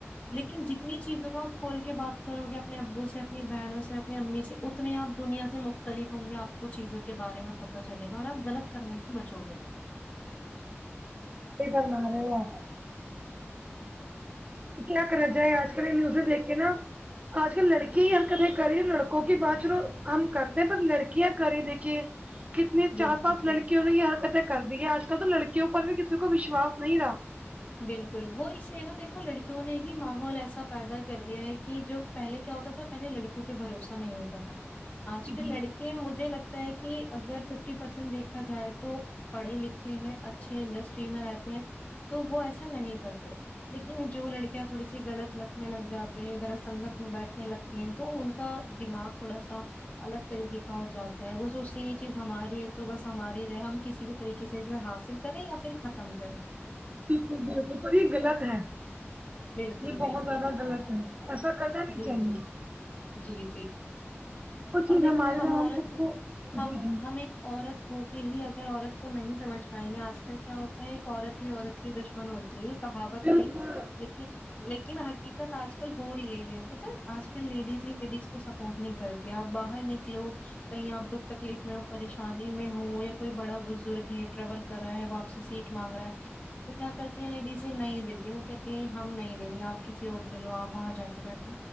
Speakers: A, on the left (about 35°); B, on the right (about 30°).
A: لیکن جتنی چیزوں کا کھول کے بات کرو گے اپنے ابو سے اپنی بہنوں سے اپنی امی سے اتنے آپ دنیا سے مختلف ہوں گے آپ کو چیزوں کے بارے میں پتا چلے گا اور آپ غلط کرنے سے بچو گے
B: صحیح فرما رہے ہو آپ کیا کرا جائے آج کل یہ نیوزیں دیکھ کے نا آج کل لڑکی ہی ہر کتیں کر رہی ہے لڑکوں کی بات چلو ہم کرتے ہیں پر لڑکی کیا کریں دیکھیے کتنی
A: بالکل
B: چار پانچ
A: بالکل
B: لڑکیوں نے یہ کتیں کرتی ہے آج کل تو لڑکیوں پر بھی کسی کو وشواس نہیں رہا
A: بالکل وہ اس لیے نا دیکھو لڑکیوں نے ہی ماحول ایسا پیدا کر دیا ہے کہ جو پہلے کیا ہوتا تھا پہلے لڑکوں پہ بھروسہ نہیں ہوتا تھا
B: جی
A: آج کل
B: جی
A: لڑکی کہ مجھے لگتا ہے کہ اگر ففٹی پرسینٹ دیکھا جائے تو پڑھے لکھے ہیں اچھے انڈسٹری میں رہتے ہیں تو وہ ایسا نہیں کرتے لیکن جو لڑکیاں تھوڑی سی غط لت میں لگ جاتی ہیں غلط سنگت میں بیٹھنے لگ تو ان کا دماغ تھوڑا سا الگ طریقے کا ہو جاتا ہے وہ سوچتی ہیں یہ چیز ہماری ہے تو بس ہماری رہے ہم کسی بھی طریقے سے اسے حاصل کریں یا پھر ختم کریں
B: بالکل بالکل پر یہ غلط ہے
A: بالکل
B: یہ بہت
A: بالکل
B: زیادہ غلط ہے ایسا کرنا نہیں
A: جی
B: چاہیے
A: جی جی جی
B: وہ
A: اور
B: چیز
A: دیکھو
B: ہمارے
A: ہم
B: تو
A: عورت
B: اس کو جی
A: ہم
B: جی
A: ہم ایک عورت ہو کے ہی اگر عورت کو نہیں سمجھ پائیں گے آج کل کیا ہوتا ہے ایک عورت ہی عورت کی دشمن ہوتی ہے کہاوت
B: بالکل
A: تھی لیکن لیکن حقیقت آج کل ہو رہی ہی ہے پتہ آج کل لیڈیز ہی لیڈیز کو سب انہو نہیں کرتی آپ باہر نکلو کہیں آپ دکھ تکلیف میں ہو پریشانی میں ہو یا کوئی بڑا بزرگ ہے ٹریول کر رہا ہے وہ اپ سے سیٹ مانگ رہا ہے تو کیا کرتی ہیں لیڈیزیں نہیں دیتی وہ کہتی ہیں ہم نہیں دیں گے آپ کسی اور سے لو آپ وہاں جا کے بیٹھو